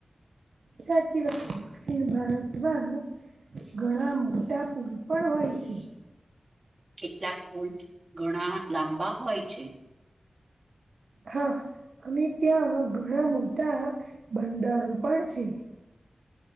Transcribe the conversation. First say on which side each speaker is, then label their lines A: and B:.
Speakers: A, on the right (about 85°); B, on the right (about 50°).
A: સાચી વાત છે દક્ષિણ ભારતમાં ઘણા મોટા પુલ પણ હોય છે
B: કેટલાક પુલ ઘણા લાંબા હોય છે
A: હા અને ત્યાં ઘણા મોટા બંદરો પણ છે